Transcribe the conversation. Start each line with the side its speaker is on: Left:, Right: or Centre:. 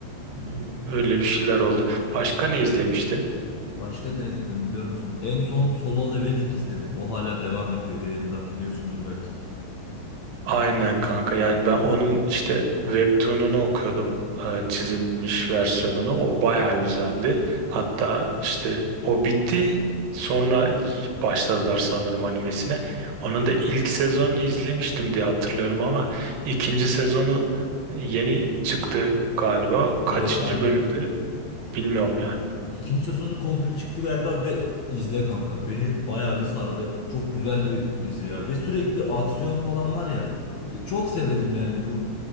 Right: hmm, öyle bir şeyler oldu. Başka ne izlemiştin?
Left: Başka ne izledim biliyor musun? En son Solo Leveling izledim. O hala devam ediyor yayında. Biliyorsundur belki.
Right: Aynen kanka yani ben onun işte webtoon'unu okuyordum e, çizilmiş versiyonunu o bayağı güzeldi hatta işte o bitti sonra başladılar sanırım animesine onun da ilk sezonunu izlemiştim diye hatırlıyorum ama ikinci sezonu e, yeni çıktı galiba kaçıncı
Left: Evet aynen.
Right: bölümde bilmiyorum yani.
Left: İkinci sezonu komple çıktı galiba ve izle kanka. Beni bayağı bir sardı. Çok güzel bir dizi ya. Ve sürekli aksiyon falan var ya. Çok severim yani bu.